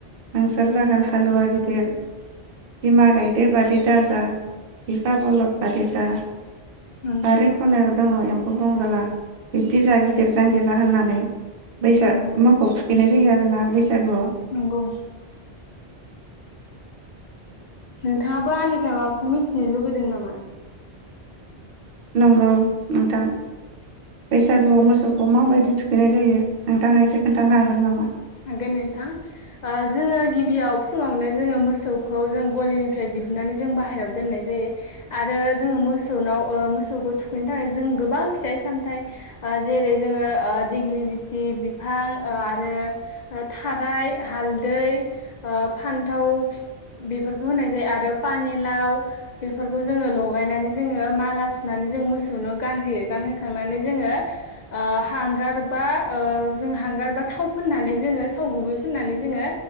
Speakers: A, on the right; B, on the left.
A: नोंसोर जागोन हालुवा गिदिर बिमा गायदे बादि दाज जा बिफा बलद बादि जा ।
B: नंगौ
A: बारि खनायाव दङ एम खौ बुंबोला बिब्दि जा गिदिर जांगिला होननानै। बैसा
B: नंगौ
A: मोखौ थुखैनाय जायो आरोना बैसागुआव।
B: नंगौ नोंथाङाबो आंनिफ्राय माबाफोर मिन्थिनो लुगैदों नामा?
A: नंगौ नोंथां बैसागुआव मोसौखौ माबायदि थुखैनाय जायो नोंथाङा एसे खोन्थानो हागोन नामा?
B: हागोन नोंथां ओ जोङो गिबियाव फुङावनो जोङो मोसौखौ जों गलिनिफ्राय दिहुनन्नानै जों बाहेरायाव दोननाय जायो आरो जोङो मोसौनाव ओ मोसौखौ थुखैनो थाखाय जों गोबां फिथाइ सामथाइ ओ जेरै जोङो ओ दिग्लि लिटि बिफां ओ आरो। थाराय हालदै ओ फान्थाव फि बेफोरखौ होनाय जायो आरो पानेलाव बेफोरखौ जोङो लगायनानै जोङो माला सुनानै जों मोसौनो गानहोयो गानहोखांनानै जोङो ओ हांगार बा ओ जों हांगार बा थाव। फोननानै जोङो थाव गुबै फोननानै जोङो